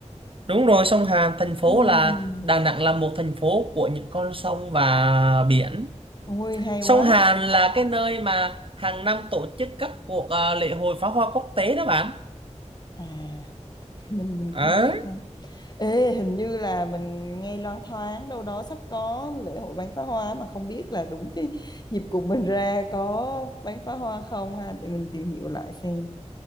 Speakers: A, on the right; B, on the left.
A: đúng rồi sông Hàn thành phố
B: Ừm,
A: là Đà Nẵng là một thành phố của những con sông và biển
B: ui hay
A: Sông
B: quá
A: Hàn là cái nơi mà hàng năm tổ chức các cuộc à, lễ hội pháo hoa quốc tế đó bạn.
B: à <laughs> mình mình
A: Ờ.
B: cũng không biết lắm ê hình như là mình nghe loáng thoáng đâu đó sắp có lễ hội bắn phá hoa mà không biết là đúng cái dịp cùng mình ra có bắn phá hoa không ha để mình tìm hiểu lại xem